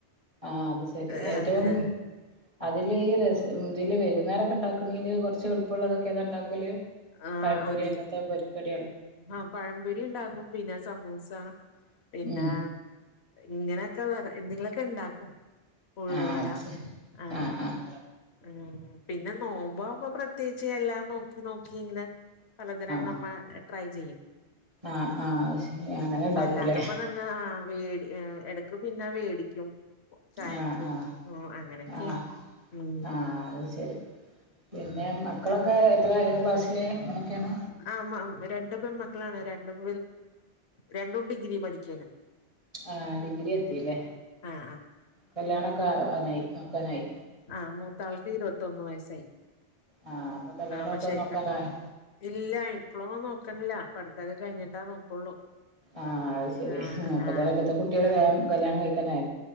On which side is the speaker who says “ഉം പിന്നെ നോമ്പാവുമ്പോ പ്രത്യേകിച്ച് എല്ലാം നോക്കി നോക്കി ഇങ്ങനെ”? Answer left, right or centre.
Left